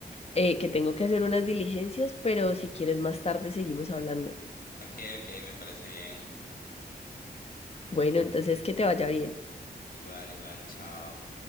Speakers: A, on the left; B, on the left.
A: eh, que tengo que hacer unas diligencias, pero si quieres más tarde seguimos hablando.
B: Ok, ok, me parece bien.
A: Bueno, entonces que te vaya bien.
B: Igual, igual, chao.